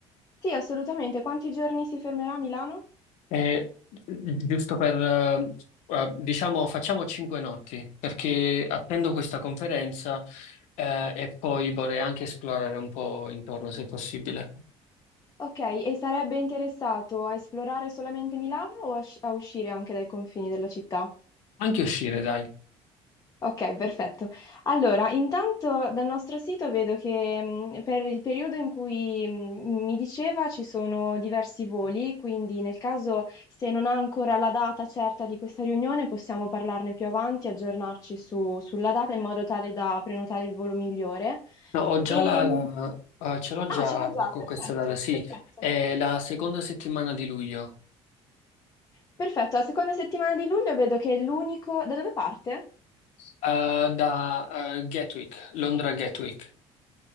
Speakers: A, on the left; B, on the left.
A: Sì, assolutamente. Quanti giorni si fermerà a Milano?
B: Eh, giusto per, eh, eh, diciamo, facciamo cinque notti, perché attendo questa conferenza, eh, e poi vorrei anche esplorare un po' intorno, se possibile.
A: Ok, e sarebbe interessato a esplorare solamente Milano o a sci- a uscire anche dai confini della città?
B: Anche uscire, dai.
A: Ok, perfetto. Allora, intanto dal nostro sito vedo che mh, per il periodo in cui mh, mi diceva ci sono diversi voli, quindi nel caso se non ha ancora la data certa di questa riunione possiamo parlarne più avanti, aggiornarci su- sulla data in modo tale da prenotare il volo migliore.
B: No, ho già
A: E,
B: la, la-
A: mh,
B: eh, ce l'ho già
A: ah, ce l'ha già,
B: con
A: perfetto,
B: questa data, sì.
A: perfetto.
B: È la seconda settimana di luglio,
A: Perfetto, la seconda settimana di luglio vedo che è l'unico... Da dove parte?
B: eh, da, eh, Gatwick, Londra Gatwick,